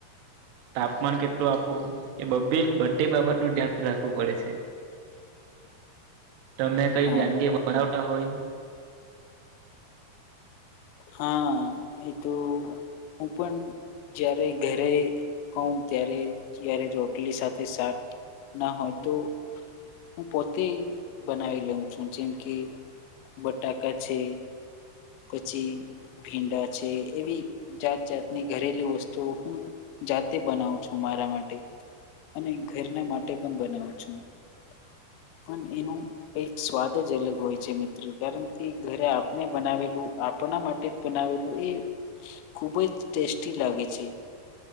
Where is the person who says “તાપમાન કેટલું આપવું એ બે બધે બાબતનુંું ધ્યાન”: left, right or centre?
Right